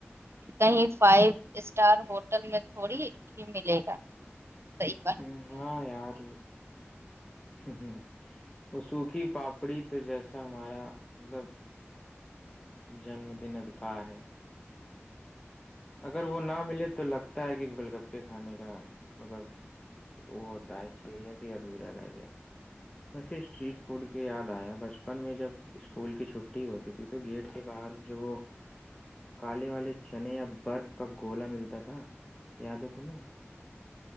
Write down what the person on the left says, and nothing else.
ہ ہاں یار ہ وہ سوکھی پاپڑی تو جیسا ہمارا مطلب جنم دن ادھکار ہے اگر وہ نہ ملے تو لگتا ہے کہ گگل گپے کھانے کا مطلب وہ ہوتا ایکسپیرئنس ہی ادھورا رہ گیا ویسے اسٹریٹ فوڈ کے یاد آیا بچپن میں جب اسکول کی چھٹی ہوتی تھی تو گیٹ کے باہر جب وہ کالے والے چنے یا برف کا گولا ملتا تھا یاد ہے تمہیں